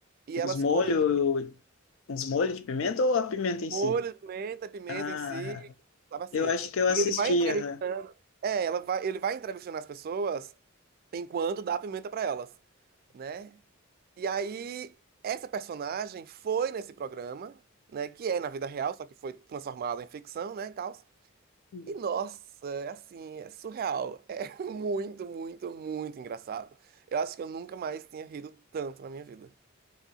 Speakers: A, on the right (about 45°); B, on the left (about 65°).
A: e elas
B: Uns molhos.
A: comem pi-
B: Uns molhos de pimenta ou a pimenta em
A: molho
B: si?
A: de pimenta, pimenta
B: Ah,
A: em si, sabe assim.
B: eu acho que eu assisti,
A: E ele vai entrevistando,
B: aham.
A: é, ela vai, ele vai entrevistando as pessoas enquanto dá pimenta pra elas, né? E aí essa personagem foi nesse programa, né, que é na vida real, só que foi transformada em ficção, né, e tal.
B: Uhum.
A: E nossa, é assim, é surreal. É <laughs> muito, muito, muito engraçado. Eu acho que eu nunca mais tinha rido tanto na minha vida.